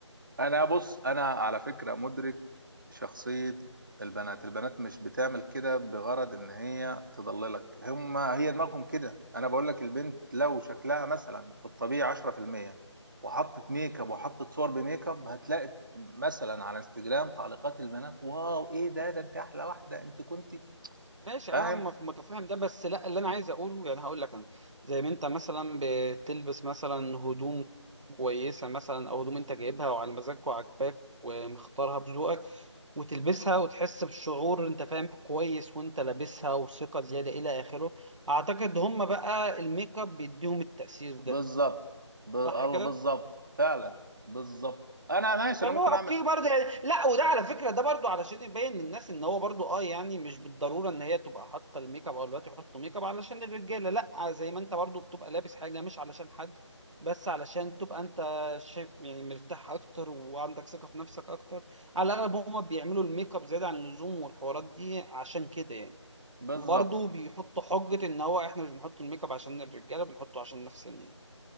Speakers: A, on the right; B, on the right.
A: انا بص انا على فكرة مدرك شخصية البنات البنات مش بتعمل كده بغرض ان هي تضللك هم هي دماغهم كده انا بقول لك البنت لو شكلها مثلا في الطبيعي 10% وحطت ميك اب وحطت صور بميك اب هتلاقي مثلا على انستجرام تعليقات البنات واو ايه ده ده انت احلى واحدة انت كنتي
B: ماشي
A: فاهم
B: انا مف- متفهم ده بس لا اللي انا عايز اقوله يعني هقول لك انا زي ما انت مثلا بتلبس مثلا هدوم كويسه مثلا او هدوم انت جايبها وعلى مزاجك وعاجباك ومختارها بذوقك وتلبسها وتحس بالشعور انت فاهم كويس وانت لابسها وثقه زياده الى اخره اعتقد هم بقى الميك اب بيديهم التأثير ده
A: بالظبط ب... الله
B: صح كده
A: بالظبط فعلا بالظبط انا ماشي
B: فاللي
A: انا ممكن
B: هو اوكي
A: اعمل
B: برضه يعني لا وده على فكره ده برضه علشان يبين للناس ان هو برضه اه يعني مش بالضروره ان هي تبقى حاطه الميك اب او الوقت يحطوا ميك اب علشان الرجاله لا زي ما انت برضه بتبقى لابس حاجه مش علشان حد بس علشان تبقى انت شايف يعني مرتاح اكتر وعندك ثقه في نفسك اكتر على الاغلب هما بيعملوا الميك اب زياده عن اللزوم والحوارات دي عشان كده يعني
A: بالظبط
B: وبرضه بيحطوا حجه ان هو احنا مش بنحط الميك اب عشان الرجاله بنحطه عشان نفسنا يعني